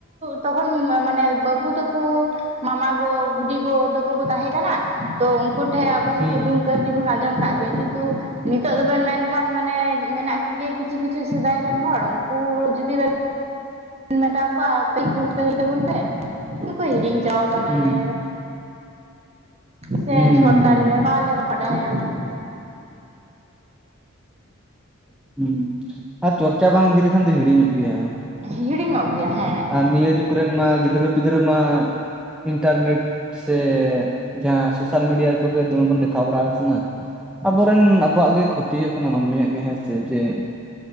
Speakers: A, on the right (about 30°); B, in the centre.
A: ᱛᱚᱠᱷᱚᱱ ᱢᱟᱱᱮ ᱵᱟᱹᱵᱩ ᱛᱟᱠᱩ ᱢᱟᱢᱟ ᱜᱚ ᱵᱩᱰᱤ ᱜᱚ ᱛᱟᱠᱚ ᱠᱚ ᱛᱟᱦᱮᱸ ᱠᱟᱱᱟ ᱛᱚ ᱩᱱᱠᱩ ᱴᱷᱮᱡ ᱟᱵᱚ
B: ᱦᱩᱸ
A: ᱠᱩᱫᱩᱢ ᱠᱟᱹᱦᱱᱤ ᱵᱚᱱ ᱟᱸᱡᱚᱢ ᱠᱟᱜ ᱜᱮᱭᱟ ᱠᱤᱱᱛᱩ ᱱᱤᱛᱚᱜ ᱫᱚᱵᱮᱱ ᱢᱮᱱᱠᱷᱟᱱ ᱢᱟᱱᱮ ᱢᱮᱱᱟᱜ ᱠᱚᱜᱤ ᱠᱤᱪᱷᱩ ᱠᱤᱪᱷᱩ ᱥᱮᱫᱟᱭ ᱨᱮᱱ ᱦᱚᱲ ᱩᱱᱠᱩ ᱡᱩᱚᱫᱤ ᱵᱮᱱ ᱢᱮᱛᱟ ᱠᱚᱣᱟ ᱠᱟᱹᱭᱫᱩᱢ ᱠᱟᱹᱭ ᱛᱟᱵᱩᱱ ᱯᱮ ᱞᱟᱹᱭ-ᱟ ᱠᱚ ᱦᱤᱲᱤᱧ ᱡᱟᱣ ᱠᱟᱫᱟᱞᱮ
B: ᱦᱩᱸ
A: ᱥᱮ
B: ᱦᱩᱸ
A: ᱥᱚᱴᱠᱟᱨᱤ
B: ᱦᱩᱸ
A: ᱨᱮ ᱵᱟᱞᱮ ᱵᱟᱰᱟᱭᱟ
B: ᱦᱩᱸ ᱟᱨ ᱪᱚᱨᱪᱟ ᱵᱟᱝ ᱤᱫᱤ ᱞᱮᱠᱷᱟᱱ ᱫᱚ ᱦᱤᱲᱤᱧ ᱧᱚᱜ ᱜᱮᱭᱟ
A: ᱦᱤᱲᱤᱧ-ᱚᱜ ᱜᱮᱭᱟ ᱦᱮᱸ
B: ᱟᱨ ᱱᱤᱭᱟᱹ ᱡᱩᱜᱽ ᱨᱮᱱ ᱢᱟ ᱜᱤᱫᱽᱨᱟᱹ ᱯᱤᱫᱽᱨᱟᱹ ᱢᱟ ᱤᱱᱴᱟᱨᱱᱮᱴ ᱥᱮ ᱡᱟᱦᱟᱸ ᱥᱳᱥᱟᱞ ᱢᱤᱰᱤᱭᱟ ᱠᱚᱜᱮ ᱫᱚᱢᱮ ᱵᱚᱱ ᱫᱮᱠᱷᱟᱣ ᱵᱟᱲᱟ ᱟᱠᱚ ᱠᱟᱱᱟ ᱟᱵᱚᱨᱮᱱ ᱟᱵᱚᱣᱟᱜ ᱜᱮ ᱠᱷᱚᱛᱤ ᱦᱩᱭᱩᱜ ᱠᱟᱱᱟ ᱢᱟᱹᱱᱢᱤᱭᱟᱜ ᱜᱮ ᱦᱮᱸᱥᱮ ᱡᱮ